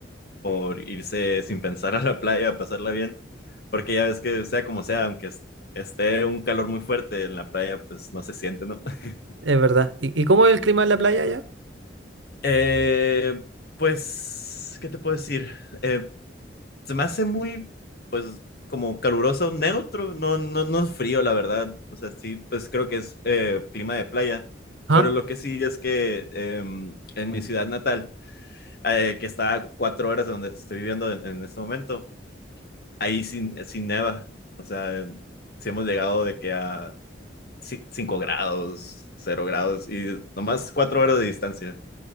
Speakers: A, on the left; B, on the right.
A: por irse sin pensar a la playa, a pasarla bien, porque ya ves que sea como sea, aunque es- esté un calor muy fuerte en la playa, pues no se siente, ¿no? <laughs>
B: Es verdad. ¿Y, y cómo es el clima en la playa allá?
A: Eh, pues, ¿qué te puedo decir? Eh, se me hace muy, pues, como caluroso, neutro, no, no, no es frío, la verdad. O sea, sí, pues creo que es eh, clima de playa.
B: Ajá.
A: Pero lo que sí es que eh, en mi ciudad natal, eh, que está a cuatro horas de donde estoy viviendo en, en este momento, ahí sin, sin neva. O sea, sí hemos llegado de que a ci- cinco grados, cero grados, y nomás cuatro horas de distancia.